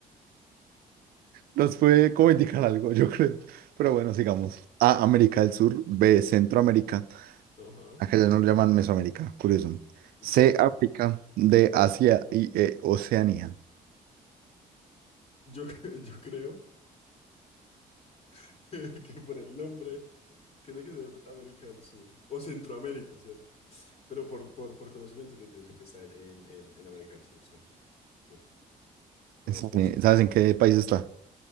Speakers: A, on the right; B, on the left.
A: nos puede como indicar algo, yo creo. Pero bueno, sigamos. A, América del Sur, B, Centroamérica.
B: Ajá.
A: Acá ya no lo llaman Mesoamérica, curioso. C,
B: Cierto.
A: África, D, Asia y E, Oceanía.
B: Yo, <laughs> yo creo <laughs> que por el nombre. Tiene que ser América del Sur o Centroamérica, ¿cierto? Pero por, por, por conocimiento yo, yo sé que está en, en, en- en América del Sur, ¿cierto? Claro. ¿O
A: Este,
B: vos qué decís?
A: ¿sabes en qué país está?